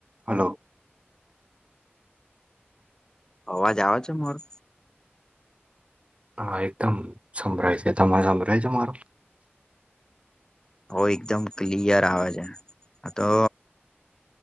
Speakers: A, on the right; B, on the left.
A: હલો
B: અવાજ આવે છે મારો
A: હા એકદમ સંભળાય છે તમે સંભળાય છેો મારો
B: ઓ એકદમ ક્લિયર આવે છે તો